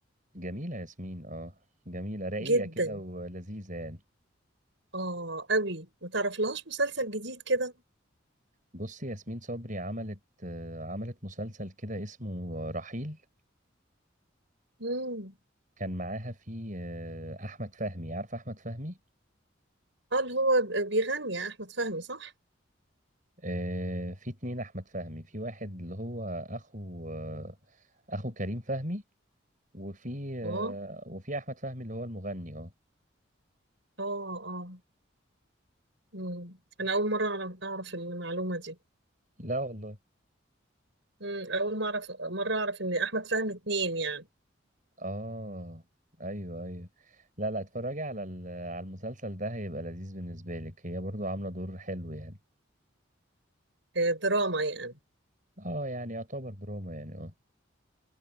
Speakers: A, on the right; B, on the right.
A: جميلة ياسمين اه جميلة رقيقة
B: جدا
A: كده ولذيذة يعني
B: اه قوي ما تعرفلهاش مسلسل جديد كده
A: بصي ياسمين صبري عملت آه، عملت مسلسل كده اسمه رحيل
B: امم
A: كان معاها فيه آه، أحمد فهمي عارفة أحمد فهمي
B: اه اللي هو ب- بيغني احمد فهمي صح
A: آه، في اتنين أحمد فهمي في واحد اللي هو أخو آه، أخو كريم فهمي وفي آه،
B: اه
A: وفي احمد فهمي اللي هو المغني اه
B: اه اه امم انا اول مره اعرف اعرف المعلومه دي
A: لا والله
B: امم اول ما اعرف مره اعرف ان احمد فهمي اتنين يعني
A: اه ايوه ايوه لا لا اتفرجي على ال- على المسلسل ده هيبقى لذيذ بالنسبه لك هي برضو عامله دور حلو يعني
B: آه، دراما يعني
A: اه يعني يعتبر دراما يعني اه